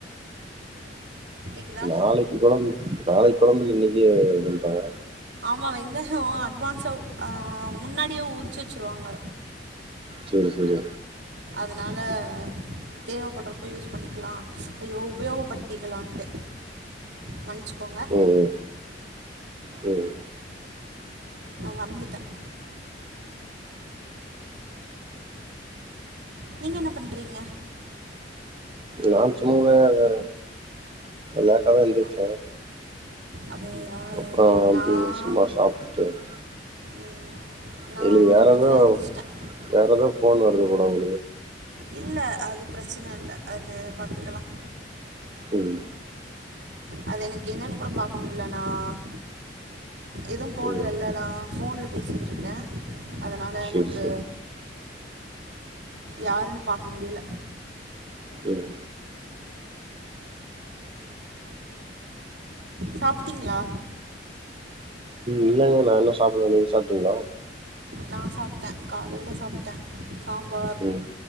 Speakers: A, on the right; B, on the right.
A: கேக்குதா?
B: நாளைக்கு கொழம்பு. நாளைக்கு கொழம்புக்கு இன்னைக்கே இது பண்ணிட்டாங்க
A: ஆமா. வெங்காயம் அட்வான்ஸா அ அ முன்னாடியே உரிச்சு வெச்சுருவாங்க
B: சரி சரி
A: அதனால தேவைப்படறப்ப யூஸ் பண்ணிக்கலாம். ஐயோ உபயோகப்படுத்திக்கலான்ட்டு. மன்னிச்சுக்கோங்க.
B: ம் ம் ம்
A: நா மறந்துட்டேன் நீங்க என்ன பண்றீங்க
B: நான் சும்மவே அது லேட்டா தா என்ந்திச்ச
A: ஓ அப்படியா
B: அப்புறம் அப்படியே
A: நான்
B: சும்மா சாப்பிட்டுட்டு இருந்தேன்
A: ம், நான்
B: உங்களுக்கு
A: அஞ்சு
B: வேற
A: மணிக்கெலாம்
B: ஏதோ
A: எழுந்திரிச்சிட்டேன்
B: வேற ஏதோ ஃபோன் வரு ஒரு குணங்
A: இல்ல அது பிரச்சன இல்ல அது பாத்துக்கலாம்
B: ம்
A: அது எனக்கு என்னன்னு கூட பாக்க முடியல நான் எதுவும் போடல
B: ம்
A: நான் போன்ல பேசிட்டு இருக்கேன் அதனால
B: சேரி
A: எனக்கு
B: சேரி
A: யாருன்னு பாக்க முடியல
B: ம்
A: சாப்பிட்டீங்களா
B: இல்லங்க நான் இன்னு சாப்பிடல நீங்க சாப்பிட்டீங்களா
A: நான் சாப்பிட்டேன் காலையில சாப்பிட்டேன் சாம்பார்
B: ம்